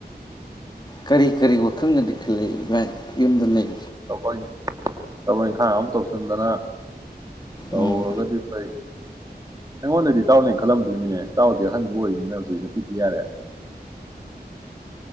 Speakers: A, on the left (about 25°); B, on the right (about 20°).
A: ꯀꯔꯤ - ꯀꯔꯤ ꯋꯥꯈꯜꯒꯗꯤ ꯈꯜꯂꯤ ꯏꯕꯥꯏ ꯌꯨꯝꯗ ꯂꯩ
B: ꯊꯕꯛ ꯊꯕꯛ ꯏꯪꯈꯥꯡ ꯑꯃ ꯇꯧꯁꯤꯟꯗꯅ ꯇꯧꯔꯒꯗꯤ
A: ꯎꯝ
B: ꯐꯩ꯫ ꯑꯩꯉꯣꯟꯗꯗꯤ ꯏꯇꯥꯑꯣꯅꯥ ꯍꯦꯟꯅꯥ ꯈꯜꯂꯝꯗꯣꯏꯃꯤꯅꯦ ꯇꯥꯎꯗꯤ ꯑꯍꯟꯁꯨ ꯑꯣꯏꯔꯝꯅꯤꯅ ꯍꯧꯖꯤꯛ ꯅꯤꯄꯤꯊꯤ ꯌꯥꯔꯦ꯫